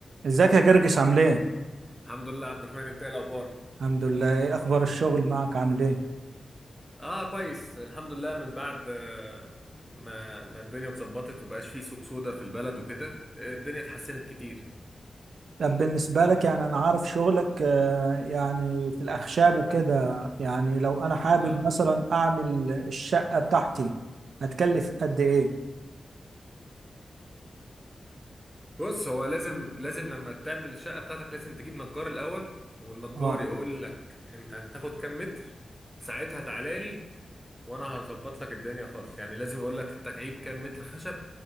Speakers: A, on the right; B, in the centre.
A: ازيك يا جرجس عامل ايه؟
B: الحمد لله عبد الرحمن انت ايه الاخبار
A: الحمد لله ايه اخبار الشغل معك عامل ايه؟
B: اه كويس الحمد لله من بعد آه، ما ما الدنيا اتظبطت ومبقاش فيه سوق سودا في البلد وكده آه، الدنيا اتحسنت كتير
A: طب بالنسبة لك يعني انا عارف شغلك آه، يعني في الاخشاب وكده يعني لو انا حابب
B: اه
A: مثلا اعمل الشقة بتاعتي هتكلف قد ايه؟
B: بص هو لازم لازم لما تعمل الشقه بتاعتك لازم تجيب نجار الاول والنجار
A: اه
B: يقول لك انت هتاخد كام متر ساعتها تعالى لي وانا هظبط لك الدنيا خالص يعني لازم يقول لك التكعيب كام متر خشب